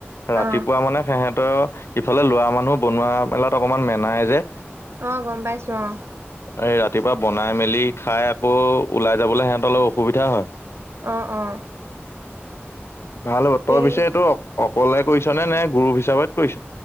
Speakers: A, on the left (about 70°); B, on the right (about 70°).
A: ৰাতিপুৱা
B: অ
A: মানে সিহঁত ত ইফালে লোৱা মানুহ বনোৱা মেলাত অকমান মেনাই যে
B: অ গম পাইছো অ
A: এই ৰাতিপুৱা বনাই মেলি খাই আকৌ ওলাই যাবলৈ সিহঁত অলপ অসুবিধা হয়
B: অ অ
A: ভাল হ'ব
B: সেই
A: তই পিছে এইটো অ কলে কৰিছ নে নে গুৰু হিচাপত কৰিছ